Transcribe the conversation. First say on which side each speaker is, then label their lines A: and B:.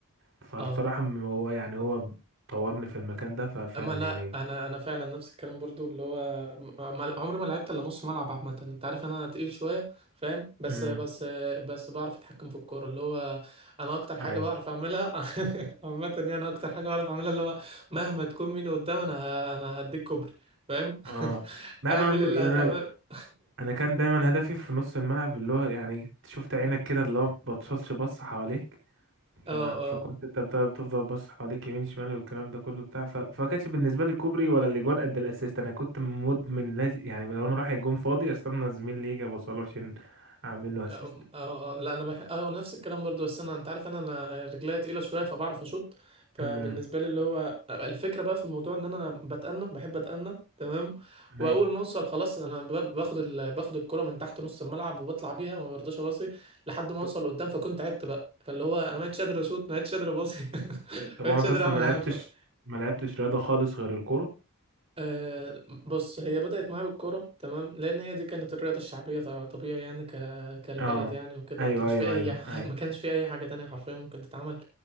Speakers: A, on the right; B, on the right.
A: فبصراحة
B: اه
A: م- هو يعني هو طورني في المكان ده ففعلا
B: اما انا
A: يعني
B: انا انا فعلا نفس الكلام برضو اللي هو م- ما- عمري ما لعبت الا نص ملعب عامه انت عارف انا تقيل شويه فاهم بس
A: امم
B: بس بس بعرف اتحكم في الكوره اللي هو انا اكتر حاجه
A: أيوه
B: بعرف اعملها <laughs> عامه يعني انا اكتر حاجه بعرف اعملها اللي هو مهما تكون مين قدام انا ه- انا هديك كوبري فاهم
A: اه
B: <laughs>
A: لا
B: اعمل
A: انا عمري
B: اللي هتعمله
A: انا انا كان دايما هدفي في نص الملعب اللي هو يعني شفت عينك كده اللي هو ما بتبصش بص حواليك ف...
B: <laughs> اه
A: فكنت
B: اه
A: انت بت- بتفضل بص حواليك يمين شمال والكلام ده كله بتاع ف... فما كانش بالنسبه لي كوبري ولا الاجوان قد الاسيست انا كنت مدمن لازم يعني لو انا رايح الجون فاضي استنى زميلي يجي ابصله عشان اعمل له
B: اه
A: اسيست
B: اه لا انا بح... اه نفس الكلام برضو بس انا انت عارف انا انا رجليا تقيله شويه فبعرف اشوط فبالنسبه
A: امم
B: لي اللي هو آه، الفكره بقى في الموضوع ان انا بتأنى بحب اتأنى تمام واول
A: اي
B: ما اوصل خلاص انا ب- باخد ال... باخد الكره من تحت نص الملعب وبطلع بيها ما برضاش اباصي لحد ما
A: طب
B: اوصل قدام فكنت تعبت بقى فاللي هو انا ما عدتش قادر اشوط ما عدتش قادر اباصي <laughs>
A: طب
B: ما
A: هو
B: عدتش
A: انت
B: قادر
A: اصلا
B: اعمل
A: ما لعبتش
B: حاجه
A: ما لعبتش رياضه خالص غير الكوره
B: أه بص هي بدأت معايا بالكورة تمام لأن هي دي كانت الرياضة الشعبية ط- طبيعي يعني ك... كالبلد
A: اه
B: يعني وكده
A: ايوه
B: ما كانش
A: ايوه
B: في أي
A: ايوه
B: ح-
A: اي
B: <laughs> ما كانش في أي حاجة تانية حرفيا ممكن تتعمل